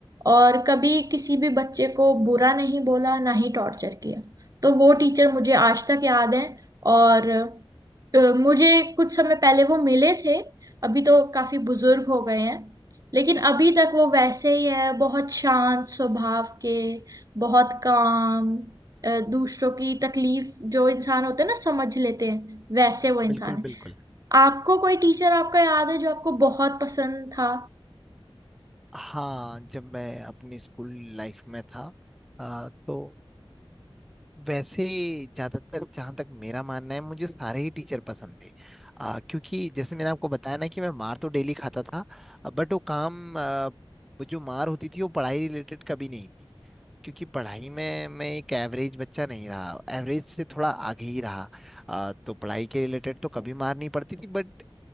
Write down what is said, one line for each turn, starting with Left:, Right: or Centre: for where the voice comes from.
Right: और कभी किसी भी बच्चे को बुरा नहीं बोला ना ही टॉर्चर किया तो वो टीचर मुझे आज तक याद है और अ, मुझे कुछ समय पहले वो मिले थे अभी तो काफी बुजुर्ग हो गए हैं लेकिन अभी तक वो वैसे ही है बहुत शांत स्वभाव के बहुत काम अ, दूसरों की तकलीफ जो इंसान होते हैं ना समझ लेते हैं वैसे वो इंसान
Centre: बिल्कुल
Right: है
Centre: बिल्कुल
Right: आपको कोई टीचर आपका याद है जो आपको बहुत पसंद था
Centre: हाँ जब मैं अपनी स्कूल लाइफ में था आ, तो वैसे ज्यादातर जहाँ तक मेरा मानना है मुझे सारे ही टीचर पसंद थे आ, क्योंकि जैसे मैंने आपको बताया ना कि मैं मार तो डेली खाता था बट वो काम आ, वो जो मार होती थी वो पढ़ाई रिलेटेड कभी नहीं थी क्योंकि पढ़ाई में मैं एक एवरेज बच्चा नहीं रहा एवरेज से थोड़ा आगे ही रहा आ, तो पढ़ाई के रिलेटेड तो कभी मार नहीं पड़ती थी बट